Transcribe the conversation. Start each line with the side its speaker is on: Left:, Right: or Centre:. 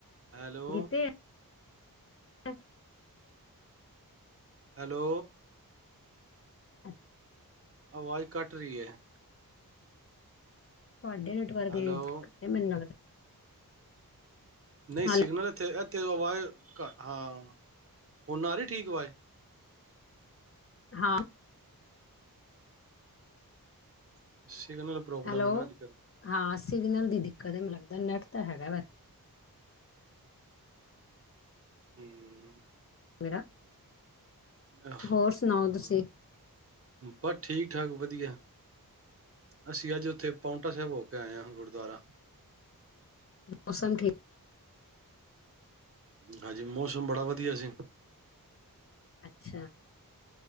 Right: ਹੈਲੋ।
Left: ਕੀਤੇ <inaudible>
Right: ਹੈਲੋ।
Left: ਆ?
Right: ਆਵਾਜ਼ ਘੱਟ ਰਹੀ ਹੈ।
Left: ਤੁਹਾਡੇ ਨੈਟਵਰਕ
Right: ਹੈਲੋ,
Left: ਦੀ ਦਿੱਕਤ ਮੈਨੂੰ ਲੱਗਦਾ।
Right: ਨਹੀਂ,
Left: ਹੈਲੋ
Right: ਸਿਗਨਲ ਏਥੇ ਤੇ ਆਵਾਜ਼, ਹਾਂ ਹੁਣ ਆਰੀ ਠੀਕ ਆਵਾਜ਼?
Left: ਹਾਂ।
Right: <unintelligible> ਸਿੰਗਲ ਪ੍ਰੋਬਲਮ
Left: ਹੈਲੋ
Right: ਹੈ ਨਾ ਅੱਜ-ਕੱਲ।
Left: ਹਾਂ ਸਿਗਨਲ ਦੀ ਦਿੱਕਤ ਐ ਮੈਨੂੰ ਲੱਗਦਾ ਨੈੱਟ ਤਾਂ ਹੈਗਾ ਵਾ।
Right: ਹਮ।
Left: ਮੇਰਾ
Right: ਆਹਾਂ,
Left: ਹੋਰ ਸੁਣਾਓ ਤੁਸੀਂ
Right: ਬਸ ਠੀਕ-ਠਾਕ ਵਧੀਆ। ਅਸੀਂ ਅੱਜ ਉੱਥੇ ਪਾਉਂਟਾ ਸਾਹਿਬ ਹੋ ਕੇ ਆਏ ਹਾਂ ਗੁਰਦੁਆਰਾ।
Left: ਮੌਸਮ ਠੀਕ
Right: ਹਾਂਜੀ, ਮੌਸਮ ਬੜਾ ਵਧੀਆ ਸੀ।
Left: ਅੱਛਾ,